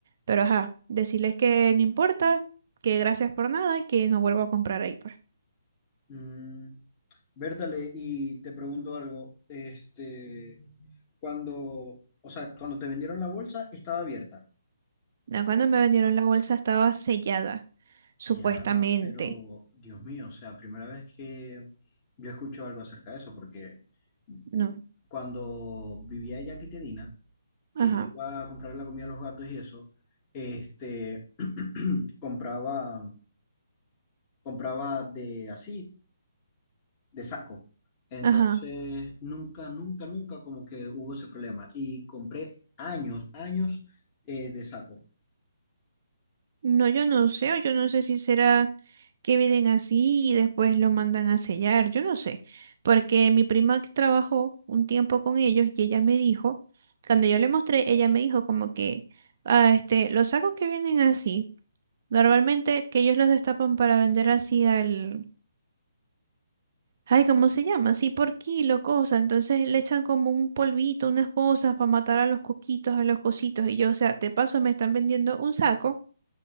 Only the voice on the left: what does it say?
Mm, Bertale, y te pregunto algo, este, cuando, o sea, cuando te vendieron la bolsa estaba abierta,
mi alma, pero Dios mío, o sea, primera vez que yo escucho algo acerca de eso, porque mm,
cuando vivía allá en Quitedina,
que yo iba a comprar la comida a los gatos y eso, este, <clears throat> compraba, compraba de así de saco. Entonces,
nunca, nunca, nunca como que hubo ese problema. Y compré años, años eh, de saco.